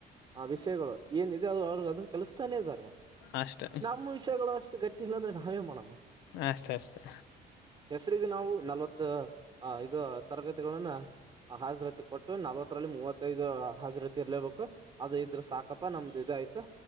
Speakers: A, on the right; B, on the left.
A: ಆ ವಿಷಯಗಳು ಏನಿದೆ ಅವರಿಗೆ ಅದನ್ನ ಕಳಿಸ್ತಾ ಇದ್ದಾರ
B: ಅಷ್ಟೇ
A: ನಮ್ಮವಿಷಯಗಳು ಅಷ್ಟು ಗಟ್ಟಿಲ್ಲ ಅಂದ್ರೆ ನಾವೇ ಮಾಡೋಮ್ಮ
B: ಅಷ್ಟೇ ಅಷ್ಟೇ
A: ಹೆಸರಿಗೆ ನಾವು ನಲವತ್ತ ಹಾ ಇದ ತರಗತಿಗಳನ್ನ ಹಾಜರಾತಿ ಒಟ್ಟು ನಲವತ್ತರಲ್ಲಿ ಮೂವತ್ತ ಇದು ಹಾಜರಾತಿ ಇರಲೇಬೇಕು ಅದ ಇದ್ರ ಸಾಕಪ್ಪ ನಮ್ದು ಇದ ಆಯ್ತು